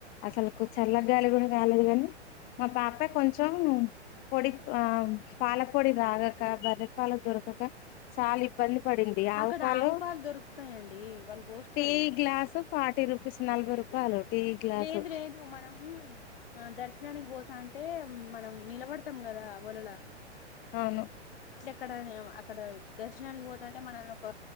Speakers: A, on the left (about 25°); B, on the left (about 50°).
A: అసలు చల్లగాయలి కూడా కాలేదు కానీ మా పాప కొంచెం పొడి ఆ పాల పొడి తాగాక బర్రె పాలు దొరకక చాలా ఇబ్బంది పడింది ఆవుపాలు
B: అక్కడ ఆవు పాలు దొరుకుతాయండి వాళ్ళు పోస్తారు
A: టీ గ్లాసు ఫార్టీ రూపీస్ నలబై రూపాయలు టీ గ్లాసు
B: లేదు లేదు మనం ఆ దర్శనానికి పోతా అంట అంటే మనం నిలబడతాం కదా వలలా
A: అవును
B: ఇక్కడ అక్కడ దర్శనానికి పోతంటే మనల్ని ఒక